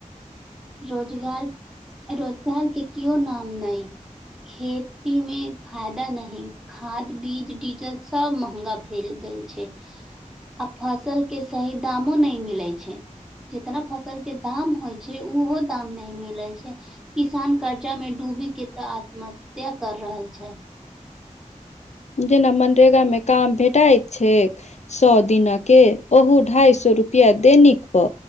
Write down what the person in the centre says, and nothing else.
रोजगार रोजगार के केओ नाम नहि खेतीमे फायदा नहि खाद बीज डीजल सब महगा भेल गेल छै आ फसल के सही दामो नहि मिलैत छै जितना फसल के दाम होइ छै ओहो दाम नहि मिलैत छै किसान कर्जा में डूबी के त आत्महत्या कर रहल छै